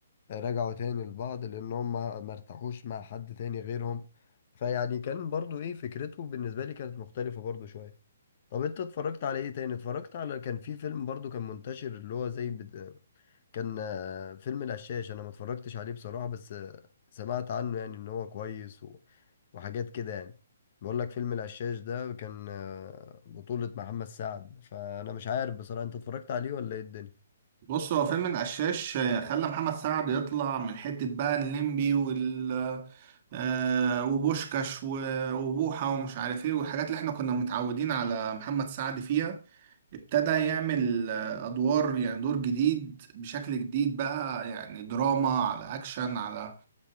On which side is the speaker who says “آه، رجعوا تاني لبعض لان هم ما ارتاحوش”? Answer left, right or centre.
Left